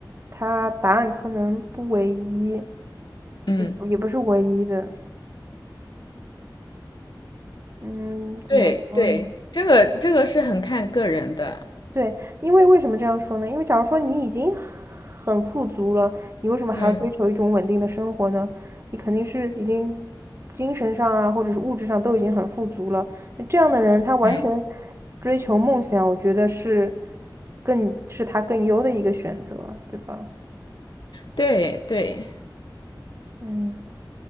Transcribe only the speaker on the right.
它答案可能不唯一，
就也不是唯一的。嗯，怎么说呢？
对，因为为什么这样说呢？因为假如说你已经很富足了，你为什么还要追求一种稳定的生活呢？
你肯定是已经精神上啊，或者是物质上都已经很富足了。那这样的人，他完全
追求梦想，我觉得是更是他更优的一个选择，对吧？
嗯，